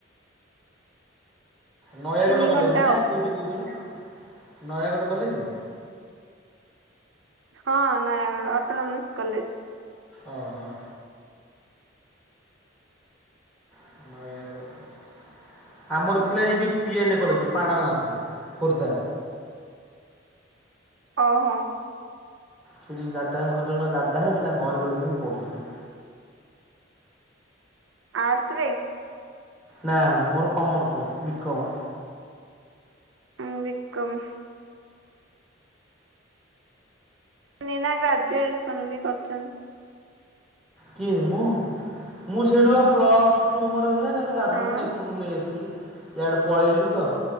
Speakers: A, in the centre; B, on the right.
A: ନୟାଗଡ଼
B: ତିନି
A: କଲେଜ
B: ଘଣ୍ଟା
A: ନା
B: ଆଉ
A: କୋଉଠି କୋହୁଥିଲ ନୟାଗଡ଼ କଲେଜ?
B: ହଁ ନୟାଗଡ଼ ଅଟୋନମିସ୍ କଲେଜ।
A: ଓ ହୋ। ନୟାଗଡ଼। ଆମର ଥିଲା ଏ ଯୋଉ ପି ଏନ୍ ଏ କଲେଜ ପ୍ରାଣନାଥ ଖୋର୍ଦ୍ଧା।
B: ଓହୋ।
A: ସେଠି ଦାଦାଙ୍କ ଘର ଜଣେ ଦାଦା ହେବେ ତାଙ୍କ ଘରେ ରହିକି ମୁଁ ପଢୁଥିଲି।
B: ଆର୍ଟସ୍ ରେ?
A: ନା ମୋର କମର୍ସ ବି କମ୍।
B: ବିି କମ୍। ନୀନା ଗ୍ରାଜୁଏସନ ବି କରିଚନ୍ତି।
A: କିଏ ମୁଁ ମୁଁ ସେଇଠୁ ବା ପ୍ଲସ୍ ଟୁ ମୋର ଥିଲା ତାଙ୍କର ଗ୍ରାଜୁଏସନ୍
B: ହଁ
A: ଏପଟକୁ ନେଇଆସିଥିଲି। ଇଆଡେ ପଳେଇଲି ତ